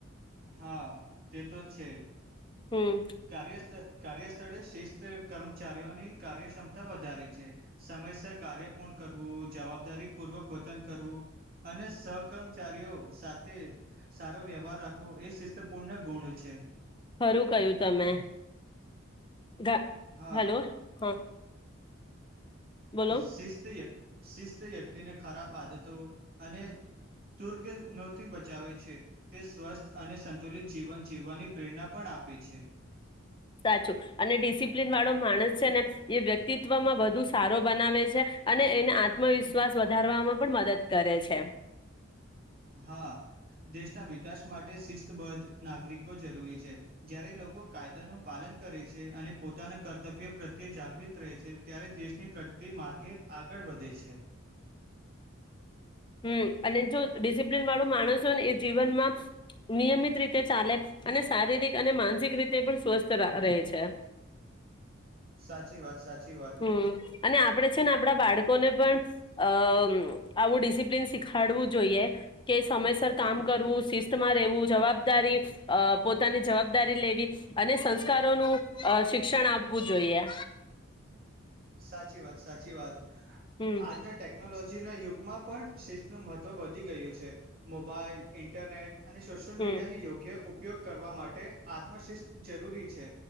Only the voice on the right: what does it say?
હા તે તો છે.
કાર્યસ્થ. કાર્યસ્થળે શિસ્ત કર્મચારીઓની કાર્યક્ષમતા વધારે છે સમયસર કાર્ય પૂર્ણ કરવું જવાબદારી પૂર્વક વતન કરવું અને સહક્મચારીઓ સાથે સારો વ્યવહાર રાખ એ શિસ્તપૂર્ણ ગુણ છે.
હા
હા
શિસ્તીય શિસ્ત વ્યક્તિને ખરાબ આદતો અને દુર્ગનોથી બચાવે છે તે સ્વસ્થ અને સંતુલિત જીવન જીવવાની પ્રેરણા પણ આપે છે.
હા દેશના વિકાસ માટે શિસ્તબદ્ધ નાગરિકો જરૂરી છે જ્યારે લોકો કાયદાનું પાલન કરે છે અને પોતાના કર્તવ્ય પ્રત્યે જાગૃત રહે છે ત્યારે દેશની પ્રગતિ માર્ગે આગળ વધે છે.
સાચી વાત સાચી વાત
સાચી વાત સાચી વાત.
આજના ટેકનોલોજીના યુગમાં પણ શિસ્નું મહત્વ વધી ગયું છે મોબાઈલ ઇ ઇન્ટરનેટ. અને સોશિયલ
મીડિયાને યોગ્ય ઉપયોગ કરવા માટે તે આત્મશિસ્ત જરૂરી છે.